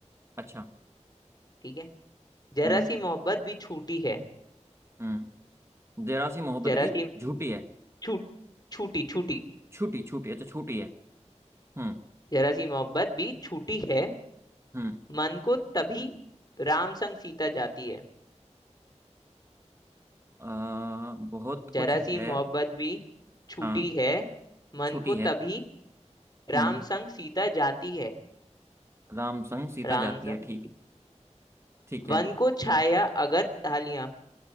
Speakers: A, on the right; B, on the left.
A: अच्छा
B: ठीक है जरा
A: हम्म
B: सी मोहब्बत भी छूटी है
A: हम्म जरा सी मोहब्बत
B: जरा
A: भी
B: सी
A: झूठी है
B: छूट छूटी छूटी
A: छूटी छूटी अच्छा छूटी है हम्म
B: जरा सी मोहब्बत भी छूटी है
A: हम्म
B: मन को तभी राम संग सीता जाती है
A: आ, बहुत
B: जरा
A: कुछ
B: सी
A: है
B: मोहब्बत भी छूटी
A: हाँ
B: है मन
A: छूटी
B: को
A: है
B: तभी
A: हम्म
B: राम संग सीता जाती है
A: राम संग सीता
B: राम
A: जाती
B: संग
A: है ठीक है ठीक है
B: वन को छाया अगर डालियां